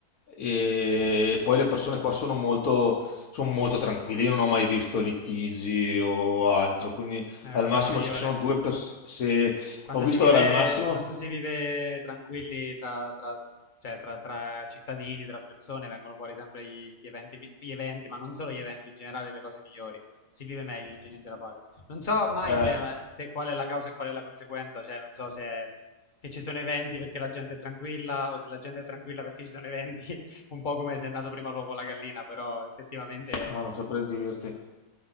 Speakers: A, on the left; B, on the left.
A: e poi le persone qua sono molto, sono molto tranquille. Io non ho mai visto litigi o altro, quindi
B: è
A: al
B: la
A: massimo
B: cosa migliore.
A: ci sono due persone. Se
B: Quando
A: ho visto
B: si vive,
A: ora al massimo.
B: quando si vive tranquilli tra, tra- cioè tra- tra cittadini, tra persone, vengono fuori sempre gli, gli eventi, mi- gli eventi, ma non solo gli eventi, in generale le cose migliori. Si vive meglio, non c'è niente da fare. Non so mai
A: Eh,
B: se, è una- se qual è la causa e qual è la conseguenza, cioè non so se che ci sono eventi perché la gente è tranquilla o se la gente è tranquilla perché ci sono eventi, <laughs> un po' come se è nato prima l'uovo o la gallina, però effettivamente
A: ah, non saprei dirti.